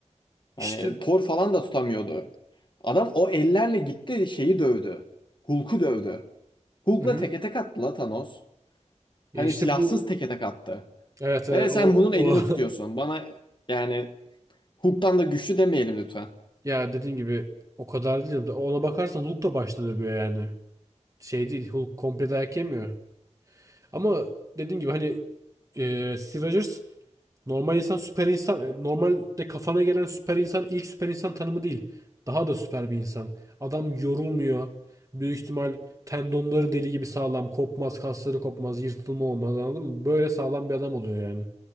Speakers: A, on the left; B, on the right.
A: Hani
B: İşte
A: Thor falan da tutamıyordu. Adam o ellerle gitti şeyi dövdü. Hulk'u dövdü. Hulk'la
B: hı hı.
A: teke tek attı la Thanos.
B: Ya
A: Hani
B: işte
A: silahsız
B: bu
A: teke tek attı.
B: evet e,
A: Ve
B: o
A: sen bunun
B: o
A: elini tutuyorsun. Bana yani Hulk'tan da güçlü demeyelim lütfen.
B: <laughs> ya dediğim gibi o kadar değil. Ona bakarsan Hulk da başta dövüyor yani. Şey değil. Hulk komple dayak yemiyor. Ama dediğim gibi hani e, Steve Rogers normal insan süper insan e, normalde kafana gelen süper insan ilk süper insan tanımı değil. Daha da süper bir insan. Adam yorulmuyor. Büyük ihtimal tendonları deli gibi sağlam. Kopmaz, kasları kopmaz, yırtılma olmaz anladın mı? Böyle sağlam bir adam oluyor yani.